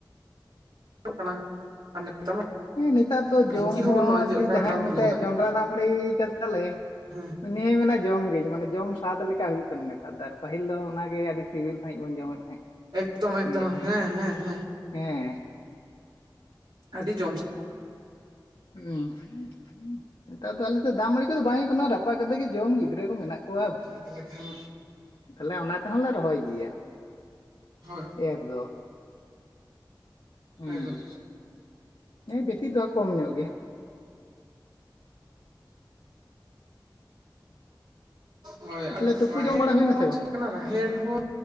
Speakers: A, on the right; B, on the left.
A: <unintelligible> <unintelligible>
B: ᱦᱮᱸ ᱱᱮᱛᱟᱨ ᱫᱚ ᱡᱚᱢ
A: ᱰᱷᱤᱝᱠᱤ
B: ᱦᱚᱸ
A: ᱵᱟᱹᱱᱩᱜᱼᱟ
B: ᱡᱮ
A: ᱚᱠᱟᱨᱮ
B: ᱡᱟᱦᱟᱸᱭ
A: ᱰᱨᱟᱢ
B: ᱮᱢ ᱢᱮᱛᱟᱭᱟ
A: ᱞᱟᱹᱦᱩᱫᱟ
B: ᱡᱚᱱᱰᱨᱟ ᱫᱟᱢ ᱟᱹᱵᱤ ᱠᱟᱫᱟᱞᱮ
A: ᱦᱮᱸ
B: ᱩᱱᱤ ᱦᱚᱸ ᱢᱮᱱᱟ ᱡᱚᱢ ᱜᱤᱧ ᱢᱟᱱᱮ ᱡᱚᱢ ᱥᱟᱫ ᱞᱮᱠᱟ ᱦᱩᱭᱩᱜ ᱠᱟᱱᱟ ᱱᱮᱛᱟᱨ ᱫᱚ ᱟᱨ ᱯᱟᱹᱦᱤᱞ ᱫᱚ ᱚᱱᱟᱜᱮ ᱟᱹᱰᱤ ᱥᱤᱵᱤᱞ ᱥᱟᱺᱦᱤᱡ ᱵᱚᱱ ᱡᱚᱢᱮᱫ ᱛᱟᱦᱮᱸᱫ᱾
A: ᱮᱠᱫᱚᱢ ᱮᱠᱫᱚᱢ
B: ᱧᱩᱭᱮᱫ ᱛᱟᱦᱮᱸᱫ
A: ᱦᱮᱸ ᱦᱮᱸ ᱦᱮᱸ
B: ᱦᱮᱸ
A: ᱟᱵᱤ ᱡᱚᱢᱥ
B: ᱦᱚᱸ ᱱᱮᱛᱟᱨ ᱫᱚ ᱟᱞᱮᱥᱮᱫ ᱫᱟᱜ ᱢᱟᱹᱲᱤ ᱠᱚᱫᱚ ᱵᱟᱭ ᱦᱩᱭᱩᱜ ᱠᱟᱱᱟ ᱨᱟᱯᱟᱜ ᱠᱟᱛᱮ ᱜᱮ ᱡᱚᱢ ᱦᱩᱭᱩᱜ ᱜᱤᱫᱽᱨᱟᱹ ᱠᱚ ᱢᱮᱱᱟᱜ ᱠᱚᱣᱟ
A: ᱛᱟᱦᱚᱞᱮ ᱠᱷᱟᱱ
B: ᱛᱟᱦᱞᱮ ᱚᱱᱟ ᱛᱮᱦᱚᱸᱞᱮ ᱨᱚᱦᱚᱭ ᱜᱮᱭᱟ
A: ᱦᱳᱭ
B: ᱮᱨ ᱫᱚ ᱦᱩᱸ
A: ᱮᱠᱫᱚᱢ
B: ᱦᱮᱸ ᱵᱮᱥᱤ ᱫᱚ ᱠᱚᱢ ᱧᱚᱜ ᱜᱮ
A: ᱦᱳᱭ
B: ᱛᱟᱦᱚᱞᱮ
A: ᱟᱨ
B: ᱛᱩᱯᱩ
A: ᱨᱟᱦᱮᱮᱫ
B: ᱡᱚᱢ ᱵᱟᱲᱟ
A: ᱦᱚᱸ
B: ᱦᱩᱭᱱᱟ ᱥᱮ ᱵᱟᱝ
A: ᱪᱮᱫ ᱠᱟᱱᱟ ᱨᱟᱦᱮᱲ ᱦᱚᱸ